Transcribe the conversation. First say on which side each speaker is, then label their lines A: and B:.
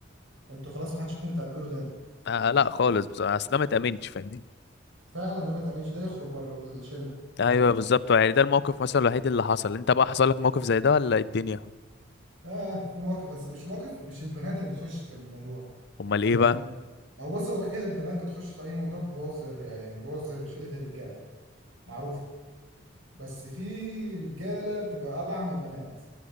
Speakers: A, on the right (about 80°); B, on the left (about 60°).
A: انتوا خلاص ما حدش فيكم يتقبلوا تاني
B: آه لا خالص بس اصل انا ما اتامنتش فاهمني
A: فعلا ده ما يتأمنش ده يخرج بره الشله
B: ايوه بالظبط يعني ده الموقف مثلا الوحيد اللي حصل انت بقى حصل لك موقف زي ده ولا إيه الدنيا
A: اه في مواقف بس مش مواقف مش البنات اللي بتخش في الموضوع
B: امال ايه
A: يعني
B: بقى
A: هو بص هو كده البنات بتخش في اي موضوع بتبوظ الر- يعني بتبوظ شله الرجاله معروفه بس في رجاله بتبقى ابعع من البنات